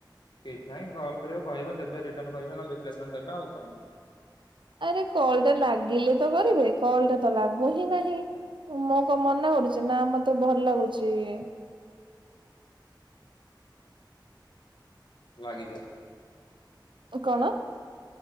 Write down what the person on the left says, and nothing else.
କିଛି ନାହିଁ କଲ୍ କରିବ କହିବ ଦେବେ ରିଟର୍ନ କରିବେ, ନହଲେ ରିପ୍ଲେସମେଣ୍ଟ ଦେବେ ଆଉ କଣ।
ଲାଗିଯିବ କାଳେ।